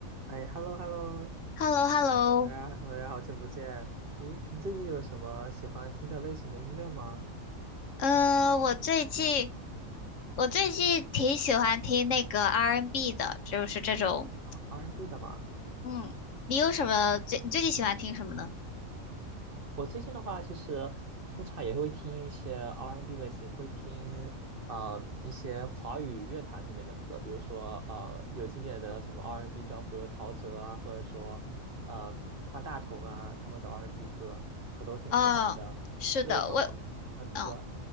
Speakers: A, on the right; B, on the left.
A: 哎，hello hello，
B: h e l l o h e l l o
A: 大家大家好久不见。咦，你最近有什么喜欢听的类型的音乐吗
B: 呃，我最近我最近挺喜欢听那个 R&B n 的，就是这种，
A: 啊？R&B 的嘛。
B: 嗯，你有什么最你最近喜欢听什么呢？
A: 我最近的话，其实通常也会听一些 R&B n 类型，会听啊、一些华语乐坛里面的歌，比如说呃有经典的什么 R&B n 叫，比如陶喆啊，或者说呃方大同啊，他们的 R&B n 歌我都挺喜欢的。
B: 哦，是的，
A: 就嗯、
B: 我，
A: 呃你说
B: 嗯、